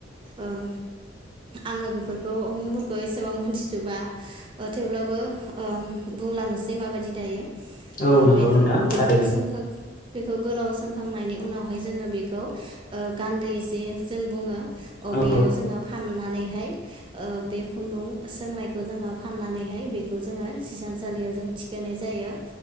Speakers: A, on the right (about 25°); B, on the left (about 45°).
A: ओं आङो बेफोरखौ उ मुंफोरखौ एसेबां मोनथिजोबा ओ थेवब्लाबो ओ बुंलांनोसै माबायदि दायो
B: औ
A: ओ
B: नंगौ
A: बेफोर
B: नोंथां
A: बेखौ
B: थारैनो।
A: सोंखां बेखौ गोलाव सोंखांनायनि उनावहाय जोङो बेखौ ओ गान्दै जे जों बुङो। अ
B: औ
A: बेयाव जोङो फान नानैहाय ओ बे खुन्दुं सोंनायखौ जोङो फनानैहाय बेखौ जोङो हिसानसालि याव जों थिखोनाय जायो